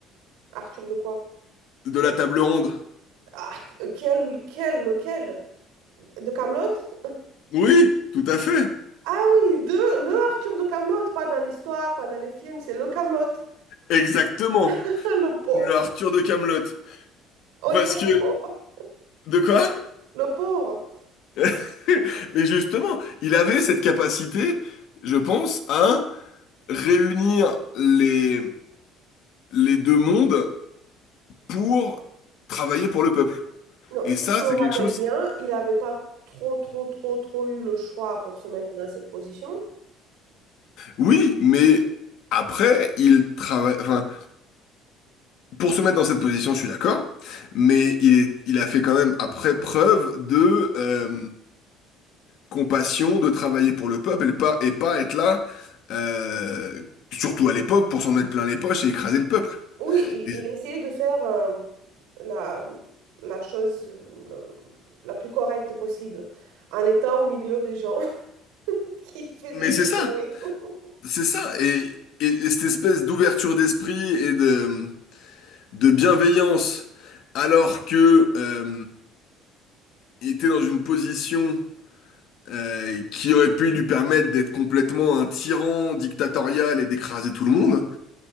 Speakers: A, on the right; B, on the left.
A: Arthur de quoi?
B: de la table ronde.
A: Ah, quel, quel, lequel? De Kaamelott?
B: Oui, tout à fait.
A: Ah oui, de le Arthur de Kaamelott, pas dans l'histoire, pas dans les films, c'est le Kaamelott.
B: Exactement.
A: <laughs> Le pauvre.
B: Le Arthur de Kaamelott.
A: Honnêtement,
B: Parce que...
A: le pauvre.
B: De quoi?
A: Le pauvre.
B: <laughs> Mais justement, il avait cette capacité, je pense, à réunir les, les deux mondes pour travailler pour le peuple.
A: Non,
B: Et
A: si
B: ça,
A: je me
B: c'est
A: rappelle
B: quelque chose...
A: bien, il n'avait pas trop, trop, trop, trop eu le choix pour se mettre dans cette position.
B: Oui, mais après, il travaille... Enfin, Pour se mettre dans cette position, je suis d'accord, mais il est, il a fait quand même après preuve de euh, compassion, de travailler pour le peuple et pas, et pas être là, euh, surtout à l'époque, pour s'en mettre plein les poches et écraser le peuple.
A: Oui, il,
B: Et-
A: il essayait de faire euh, la, la chose euh, la plus correcte possible, en étant au milieu des gens <laughs> qui faisaient
B: mais
A: que
B: c'est
A: des
B: ça,
A: conneries. <laughs>
B: c'est ça, et, et- et cette espèce d'ouverture d'esprit et de, de bienveillance, alors que euh, il était dans une position euh, qui aurait pu lui permettre d'être complètement un tyran dictatorial et d'écraser tout le monde.